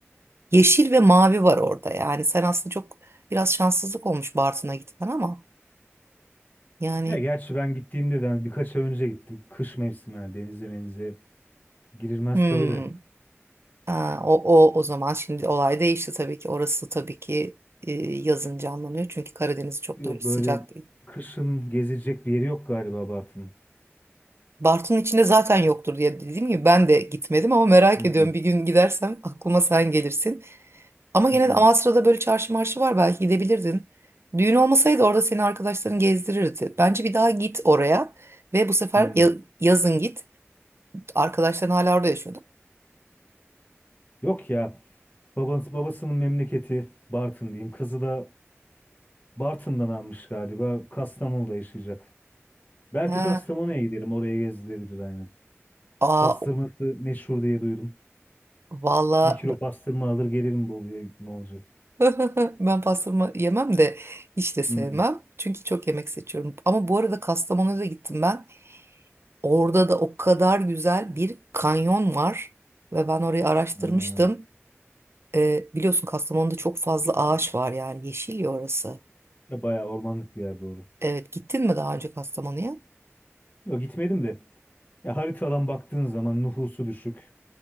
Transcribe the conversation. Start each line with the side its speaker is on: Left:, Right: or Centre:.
Right: Yeşil ve mavi var orada yani sen aslında çok biraz şanssızlık olmuş Bartın'a gitmen ama yani
Left: Ya gerçi ben gittiğimde de hani birkaç ay önce gittim. Kış mevsimi yani denize menize girilmez
Right: hmm.
Left: tabii de.
Right: Ha, o, o, o zaman şimdi olay değişti tabii ki. Orası tabii ki e, yazın canlanıyor. Çünkü Karadeniz çok
Left: Yo,
Right: da öyle sıcak
Left: Böyle
Right: değil.
Left: kışın gezilecek bir yeri yok galiba Bartın.
Right: Bartın içinde zaten yoktur diye dediğim gibi ben de gitmedim ama merak
Left: Hmm,
Right: ediyorum. Bir gün gidersem aklıma sen gelirsin. Ama gene
Left: hmm,
Right: de Amasra'da böyle çarşı marşı var belki gidebilirdin. Düğün olmasaydı orada seni arkadaşların gezdirirdi. Bence bir daha git oraya ve bu sefer
Left: hmm.
Right: ya- yazın git. Arkadaşların hala orada yaşıyordu.
Left: Yok ya. Babası, babasının memleketi Bartın diyeyim. Kızı da Bartın'dan almış galiba. Kastamonu'da yaşayacak. Belki
Right: Ha,
Left: Kastamonu'ya giderim. Oraya gezdirebilir aynen.
Right: aa,
Left: Pastırması meşhur diye duydum.
Right: valla
Left: Bir kilo pastırma alır gelirim Bolu'ya ne olacak?
Right: <laughs> Ben pastırma yemem de hiç de sevmem.
Left: Hmm.
Right: Çünkü çok yemek seçiyorum. Ama bu arada Kastamonu'ya da gittim ben. Orada da o kadar güzel bir kanyon var. Ve ben orayı araştırmıştım.
Left: Ha.
Right: Ee, biliyorsun Kastamonu'da çok fazla ağaç var yani. Yeşil ya orası.
Left: Ya bayağı ormanlık bir yer doğru.
Right: Evet gittin mi daha önce Kastamonu'ya?
Left: Yok gitmedim de. Ya haritadan baktığın zaman nüfusu düşük.